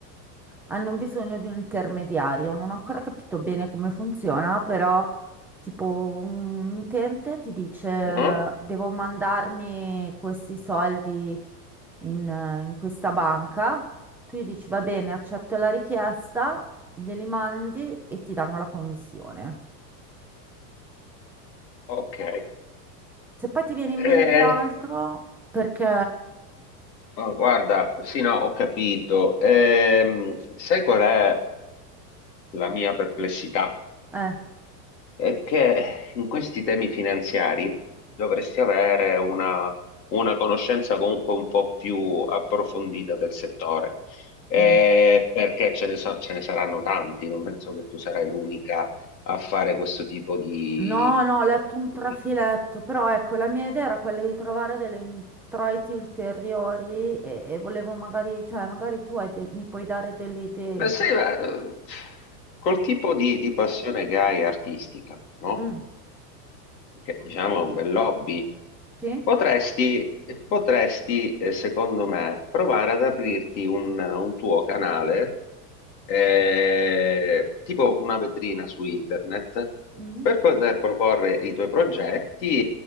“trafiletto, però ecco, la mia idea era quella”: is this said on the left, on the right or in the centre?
Centre